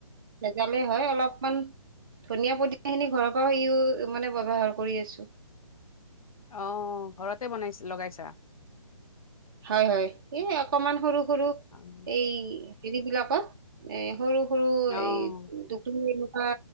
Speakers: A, on the right; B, on the left.
A: ভেজালে হয় অলপমান ধনিয়া পদীয়াখিনি ঘৰৰ পৰা ইও মানে ব্যৱহাৰ কৰি আছো
B: অহ ঘৰতে বনাইছ লগাইছা
A: হয় হয় এই অকমান সৰু সৰু
B: অ',
A: এই হেৰি বিলাকত এ সৰু সৰু
B: অ',
A: এই দুখ এ আ